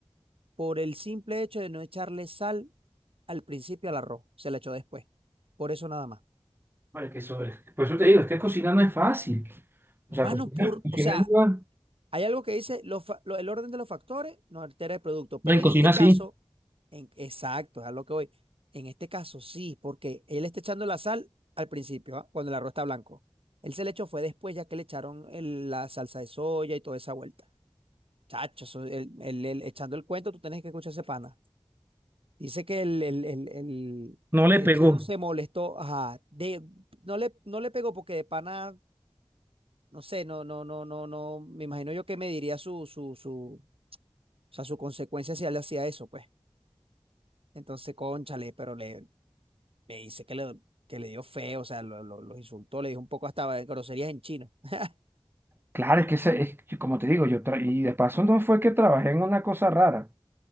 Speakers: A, on the right; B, on the right.
A: por el simple hecho de no echarle sal al principio al arroz, se le echó después. Por eso nada más.
B: Vale, que eso es- Por eso te digo, es que cocinar no es fácil.
A: Mano,
B: O sea, cocina,
A: por,
B: cocina
A: o sea,
B: es una-
A: Hay algo que dice los fa- lo- el orden de los factores no altera el producto, pero
B: No, en
A: en
B: cocina
A: este caso,
B: sí,
A: en, exacto, es a lo que voy. En este caso sí, porque él está echando la sal al principio, ¿ah? Cuando el arroz está blanco. Él se le echó fue después, ya que le echaron el- la salsa de soya y toda esa vuelta. Chacho, eso, el- el- el- echando el cuento, tú tenés que escuchar ese pana. Dice que el, el- el- el-
B: no le
A: el
B: pegó.
A: chino se molestó, ajá, de, no le, no le pegó porque de pana, no sé, no, no, no, no, no, me imagino yo que me diría su, su, su o sea, su consecuencia si él hacía eso, pues. Entonces, cónchale, pero le, le dice que le, que le dio feo, o sea, lo, lo, los insultó, le dijo un poco hasta groserías en chino. <laughs>
B: Claro, es que ese- es que, como te digo, yo tra- y de paso no fue que trabajé en una cosa rara,